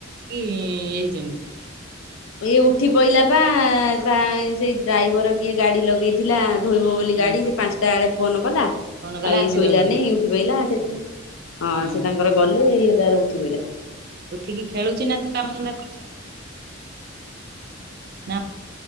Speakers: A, on the right (about 50°); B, on the left (about 80°).
A: କି ହେଇଛନ୍ତି।
B: ଏ ଉଠି ପଇଲା ପା ସେଇ ଡ୍ରାଇଭର କିଏ ଗାଡି ଲଗେଇଥିଲା ଧୋଇବ ବୋଲି
A: ହଁ
B: ଗାଡି ସେ ପାଞ୍ଚଟା ଏଳେ ଫୋନ୍ କଲା
A: ଫୋନ କଲା
B: ଆଉ ଇଏ
A: ନିଦ
B: ଶୋଇଲାନି
A: ଭାଙ୍ଗିଗଲା।
B: ଉଠି ପହଲା ସେ
A: ହଁ
B: ହଁ
A: ହଁ।
B: ସେ ତାଙ୍କର ଗଲେ- ରେ ଉଠି ପଇଲା
A: ଉଠିକି ଖେଳୁଚି ନା ତୁ କାମ ଧନ୍ଦା କରୁଛୁ। ନା